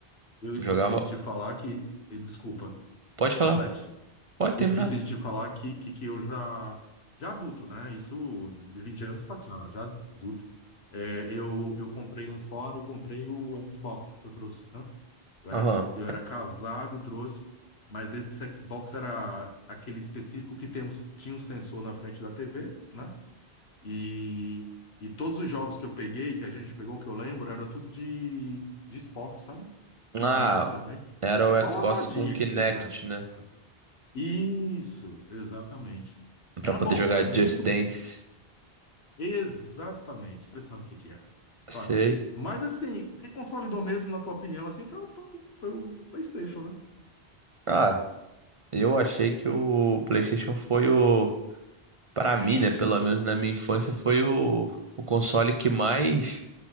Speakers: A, on the left; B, on the right.
A: Eu esqueci
B: Jogava.
A: de te falar que. Desculpa,
B: Pode falar,
A: complete.
B: pode terminar.
A: Eu esqueci de te falar que, que, que eu já, já adulto, né? Isso de 20 anos pra cá, já adulto. É, eu, eu comprei lá fora, eu comprei o Xbox que eu trouxe, né? Eu era,
B: Aham.
A: eu era casado, trouxe, mas esse Xbox era aquele específico que tem um, tinha um sensor na frente da TV, né? E, e todos os jogos que eu peguei, que a gente pegou, que eu lembro, era tudo de, de esporte, sabe?
B: Ah,
A: E dança também.
B: era
A: É,
B: o
A: foi
B: Xbox
A: uma modinha
B: com Kinect,
A: que teve na época.
B: né?
A: Isso, exatamente.
B: Pra
A: Era
B: poder
A: bom,
B: jogar
A: cara, muito
B: Just
A: bom.
B: Dance.
A: Exatamente, você sabe o que que é,
B: Sei.
A: sabe? Mas assim, o que consolidou mesmo, na tua opinião, assim, foi, o- foi, o- foi o PlayStation, né?
B: Ah, eu achei que o PlayStation
A: É,
B: foi o. Pra mim,
A: é imbatível,
B: né? Pelo menos
A: né?
B: na minha infância, foi o, o console que mais